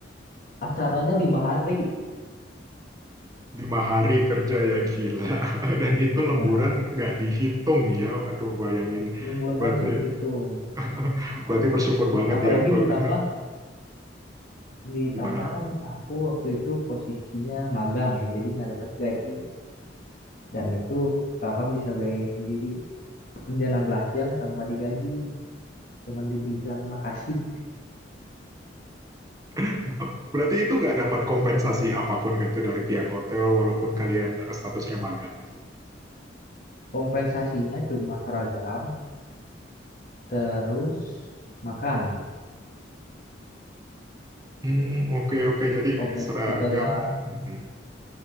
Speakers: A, on the left; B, on the right.
A: Acaranya lima hari,
B: Lima hari kerja ya gila. <laughs> Dan itu
A: ya
B: lemburan nggak dihitung ya. Aduh, bayangin.
A: lemburan
B: Berarti
A: nggak dihitung.
B: <laughs> Berarti bersyukur banget
A: Apalagi
B: ya aku.
A: ditambah
B: <laughs>
A: ditambah
B: Gimana?
A: kan aku waktu itu posisinya magang ya, jadi nggak dapat gaji. Dan itu kakak bisa bayangin sendiri, kerja 16 jam tanpa digaji, cuman dibilang makasih.
B: <laughs> Berarti itu nggak dapat kompensasi apapun gitu dari pihak hotel walaupun kalian eh, statusnya magang di situ.
A: Kompensasinya cuma seragam, terus makan.
B: Hmm, oke oke. Jadi
A: Kompensasi
B: seragam.
A: kayak
B: Hmm,